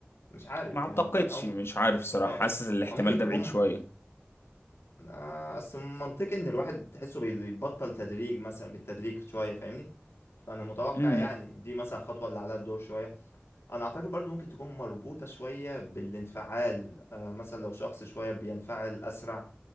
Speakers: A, on the left (about 80°); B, on the left (about 70°).
A: مش عارف
B: ما اعتقدش
A: يعني فاهم او
B: مش عارف صراحه
A: أو
B: حاسس الاحتمال
A: أو ممكن تكون
B: ده بعيد شويه
A: آه، أصل منطقي إن الواحد تحسه بيبطل تدريج مثلا بالتدريج شوية فاهمني فأنا متوقع
B: امم
A: يعني دي مثلا خطوة اللي عليها الدور شوية أنا أعتقد برضو ممكن تكون مربوطة شوية بالانفعال آه، مثلا لو شخص شوية بينفعل أسرع